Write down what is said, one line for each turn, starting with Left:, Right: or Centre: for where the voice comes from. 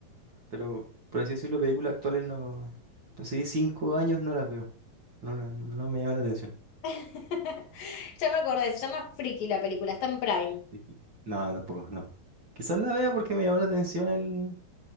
Right: Pero por así decirlo, películas actuales no... Así cinco años no las veo. No, la- no me llama la atención.
Left: <laughs> Ya me acordé, se llama Freaky la película, está en Prime.
Right: Y qui- No, no, tampoco, no. Quizás la vea porque me llama la atención el,